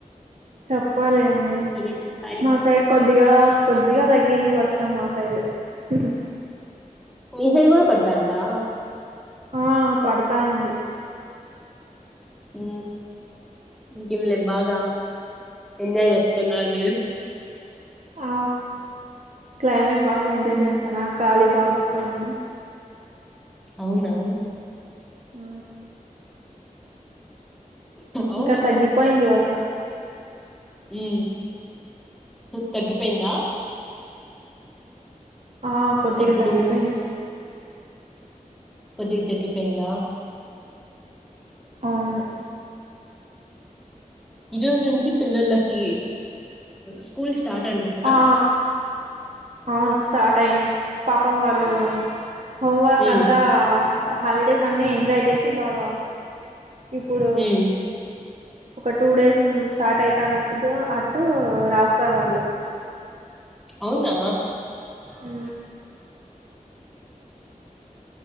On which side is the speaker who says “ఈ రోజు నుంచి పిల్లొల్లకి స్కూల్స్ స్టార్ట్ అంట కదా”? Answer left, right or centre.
Centre